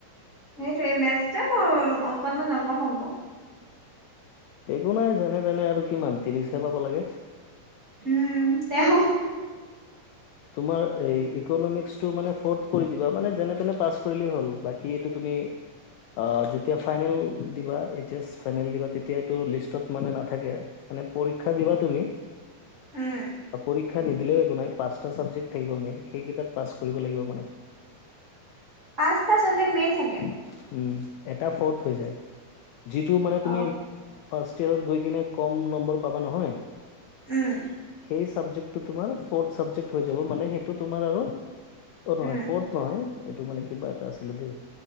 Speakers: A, on the right; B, on the left.
A: সেইটোৱে মেটচতে মোৰ অংকত মই জংক - পংক।
B: একো নাই যেনে - তেনে আৰু কিমান তিৰিচহে পাব লাগে।
A: উম, তেহু
B: তোমাৰ এ ইকনমিক্সটো মানে ফৰ্থ কৰি দিবা মানে যেনে - তেনে পাছ কৰিলে হল, বাকি এইটো তুমি আ যেতিয়া ফাইনেল দিবা এইচ এছ ফাইনেল দিবা তেতিয়া এইটো লিষ্টত মানে নাথাকে। এনে পৰীক্ষা দিবা তুমি,
A: উম,
B: এ পৰীক্ষা নিদিলেও একো নাই পাঁচ ত ছাবজেক্ট থাকিব মেইন সেইকেইটাত পাছ কৰিব লাগিব মানে।
A: পাঁচটা চাবজেক্ট মেইন থাকে।
B: উম এটা ফৰ্থ হৈ যায়, যিটো মানে তুমি
A: অ',
B: ফাৰ্ষ্ট ইয়েৰত গৈ কিনে কম নম্বৰ পাবা নহয়।
A: উম,
B: সেই চাবজেক্টটো তোমাৰ ফৰ্থ চাবজেক্ট হৈ যাব মানে সেইটো তোমাৰ আৰু অ' নহয়
A: উম,
B: ফৰ তৰ এইটো মানে কিবা এটা আছিলে দেই?